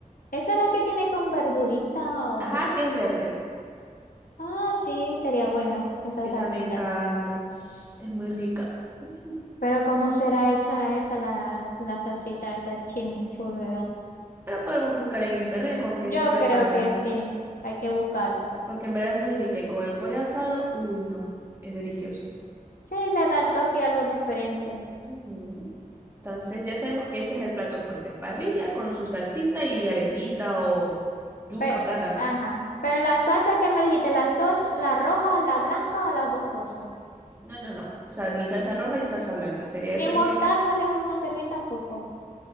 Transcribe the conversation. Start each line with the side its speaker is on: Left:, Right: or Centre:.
Left: ¿Esa es la que tiene con verdurita? Oye.
Right: Ajá, que es verde.
Left: Ah, sí, sería buena esa
Right: Esa
Left: salsita.
Right: me encanta. Es muy rica. <laughs>
Left: Pero ¿cómo será hecha esa la, la salsita, esta chimichurria?
Right: Pero podemos buscar en internet con qué
Left: Yo
Right: se prepara,
Left: creo que sí, hay que buscarlo.
Right: porque en verdad es muy rica y con el pollo asado, uy, no, es delicioso.
Left: Sí, le da el toque algo diferente.
Right: Ujú. Entonces ya sabemos que ese es el plato fuerte. Parrilla con su salsita y arepita o yuca,
Left: Pe-
Right: plátano.
Left: Ajá. Pero la salsa que me dijiste, la salsa, la roja, la blanca o las dos cosas.
Right: No, no, no. O sea, ni salsa roja ni salsa blanca. Sería
Left: Ni
Right: esa
Left: mostaza
Right: que...
Left: le vamos a servir tampoco.